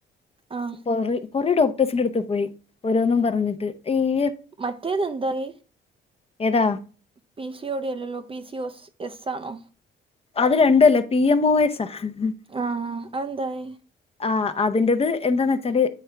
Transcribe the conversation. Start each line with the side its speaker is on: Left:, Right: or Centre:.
Right: ആഹ്
Left: കൊറെ കൊറെ ഡോക്ടേഴ്സിന്റെ എടുത്ത് പോയി ഓരോന്നും പറഞ്ഞിട്ട് അയ്യോ
Right: മറ്റേത് എന്തായി
Left: ഏതാ
Right: പിസിഓഡി അല്ലല്ലോ പി സി ഒസ് എസ് ആണോ
Left: അത് രണ്ടും അല്ല പി എം ഒ എസാ ആഹ്
Right: ആഹ് ആഹ് അതെന്തായി
Left: ആഹ് അതിന്റേത് എന്താന്ന് വെച്ചാല്